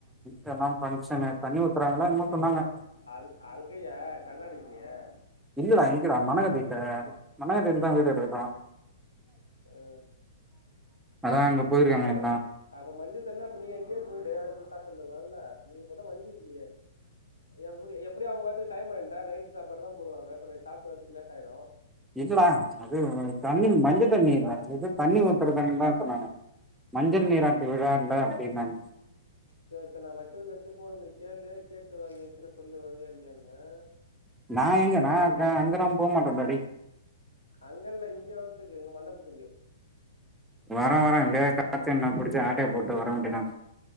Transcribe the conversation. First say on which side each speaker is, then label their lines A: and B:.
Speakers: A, in the centre; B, on the left.
A: எதனா பங்க்ஷனு தண்ணி ஊத்துறாங்களா என்னமோ சொன்னாங்க
B: எங்க அங் அங்கயா கண்ணாடிலயா
A: இல்லடா இங்கடா மனகத்த வீட்ல மன்னகத் ப்பதா வீட்டுக்கே போயிருப்பா
B: ஆ
A: அதா அங்க போயிருக்காங்க
B: அப்பப்ப
A: எல்லா
B: அப்ப மஞ்சத்தன்னே அப்ப நீ அங்கேயே போய்டு அங்க போய் சாப்டு வந்துலால்ல நீ இப்பதா வண்டி இல்லயே எப்டி எப்டியோ அவுங்க வரத்துக்கு டைம் ஆயுண்டா நைட்டு சாப்பாடு தா போடுவாங்க அப்ப நைட் சாப்ட்டு வர்றதுக்கு லேட் ஆயிடு
A: இல்லடா அது தண்ணி
B: ம்
A: மஞ்ச தண்ணி அது எது தண்ணி ஊத்துற தண்ணின்தா சொன்னாங்க மஞ்சள்
B: சும்மா
A: நீராட்டு விழா
B: ஆ
A: இல்ல அப்டின்னாங்க
B: சேரி இப்ப நா வச்சதுக்கு அடுத்து ஃபோன் பண்ணி கேளு கேட்டு ஒரு அஞ்சு நிமிஷத்துல சொல்லு வரியா இல்லயானு ஆ
A: நா எங்க நா க அங்கதா போ மாட்டே டா
B: அங்க இல்ல இங்க வர்ரத்துக்கு இங்க மண்டபத்துக்கு
A: வரே வரே இப்டியே கார்த்தி அண்ணாவ புடிச்சு ஆட்டைய போட்டு வர வேண்டியதா